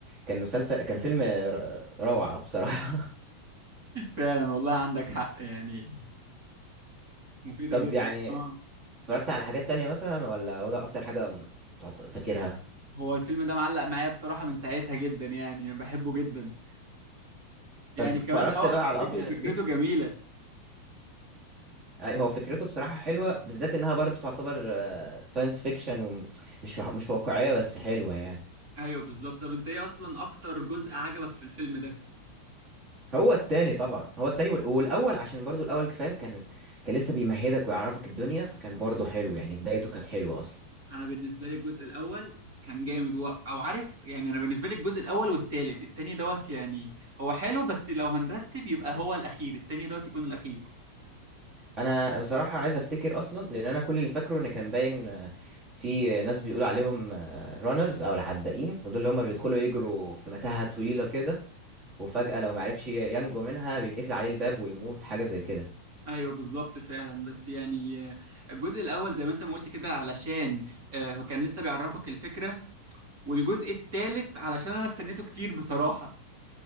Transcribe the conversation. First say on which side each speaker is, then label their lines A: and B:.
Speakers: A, on the right; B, on the right.
A: كان مسلسل كان فيلم ر- روعة بصراحة
B: فعلا والله عندك حق يعني
A: <laughs>
B: مفيدة
A: طب
B: جدا
A: يعني
B: اه
A: اتفرجت على حاجات تانية مثلا ولا هو ده اكتر حاجة م- تعط- فاكرها
B: هو الفيلم ده معلق معايا بصراحة من ساعتها جدا يعني انا بحبه جدا يعني
A: طب اتفرجت
B: كمان اه
A: بقى
B: فكرته
A: على ابيض
B: فكرته
A: واسود
B: جميلة
A: أي، هو فكرته بصراحة حلوة بالذات انها برضو تعتبر ساينس فيكشن ومش وح- مش واقعية بس حلوة يعني
B: ايوه بالظبط طب انت ايه اصلا اكتر جزء عجبك في الفيلم ده
A: هو التاني طبعا هو التاني وال- والاول عشان برضو الاول فاهم كان كان لسه بيمهدك ويعرفك الدنيا فكان برضو حلو يعني بدايته كانت حلوه اصلا
B: انا بالنسبه لي الجزء الاول كان جامد و... او عارف يعني انا بالنسبه لي الجزء الاول والتالت التاني دوت يعني هو حلو بس لو هنرتب يبقى هو الاخير التاني دوت يكون الاخير
A: انا بصراحه عايز افتكر اصلا لان انا كل اللي فاكره ان كان باين آه، في ناس بيقول عليهم رانرز او العدائين ودول اللي هم بيدخلوا يجروا في متاهه طويله كده وفجاه لو معرفش ينجو منها بيتقفل عليه الباب ويموت حاجه زي كده
B: ايوه بالظبط فعلا بس يعني آه، الجزء الاول زي ما انت ما قلت كده علشان آه، هو كان لسه بيعرفك الفكره والجزء التالت علشان انا استنيته كتير بصراحه